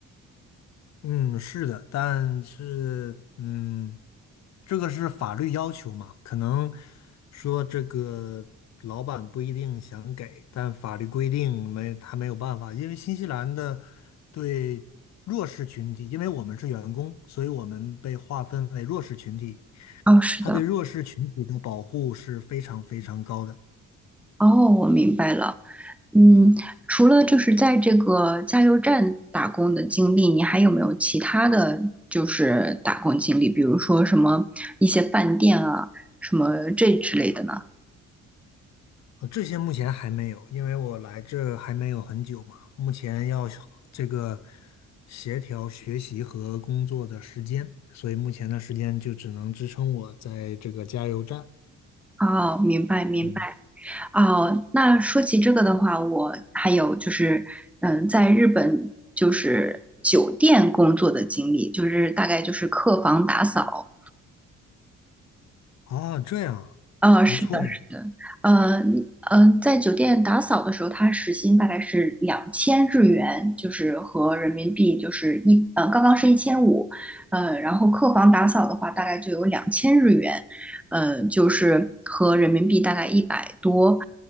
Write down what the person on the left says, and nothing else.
嗯，是的，但是嗯，这个是法律要求嘛，可能说这个老板不一定想给，但法律规定没他没有办法，因为新西兰的对弱势群体，因为我们是员工，所以我们被划分为弱势群体，
他对弱势群体的保护是非常非常高的。
呃这些目前还没有，因为我来这还没有很久嘛，目前要这个协调学习和工作的时间，所以目前的时间就只能支撑我在这个加油站。
嗯，
啊，这样，
不错呀。